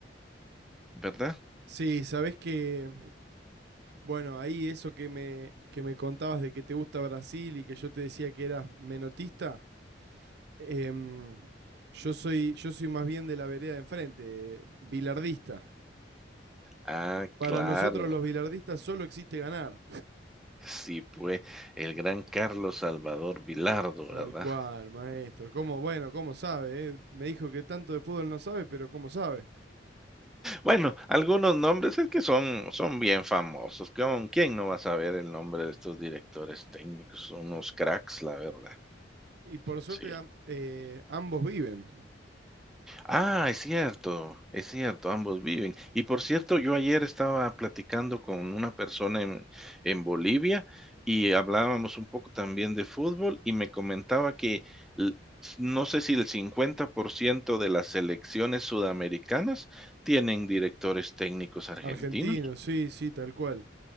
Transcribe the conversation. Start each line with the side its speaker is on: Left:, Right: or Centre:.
Centre: ¿verdad?
Right: Sí, sabés que Bueno, ahí eso que me, que me contabas de que te gusta Brasil y que yo te decía que eras menotista, em, yo soy, yo soy más bien de la vereda de enfrente, eh, bilardista.
Centre: Ah,
Right: Para
Centre: claro.
Right: nosotros los bilardistas solo existe ganar.
Centre: Sí, pues el gran Carlos Salvador Vilardo,
Right: Tal
Centre: ¿verdad?
Right: cual, maestro. ¿Cómo? Bueno, ¿cómo sabe? eh? Me dijo que tanto de fútbol no sabe, pero ¿cómo sabe?
Centre: Bueno, algunos nombres es que son, son bien famosos. ¿Con quién no va a saber el nombre de estos directores técnicos? Son unos cracks, la verdad.
Right: Y por suerte
Centre: Sí.
Right: am- eh, ambos viven.
Centre: Ah, es cierto, es cierto, ambos viven. Y por cierto, yo ayer estaba platicando con una persona en, en Bolivia y hablábamos un poco también de fútbol y me comentaba que l- s- no sé si el 50% de las selecciones sudamericanas tienen directores técnicos argentinos,
Right: Argentinos, sí, sí, tal cual.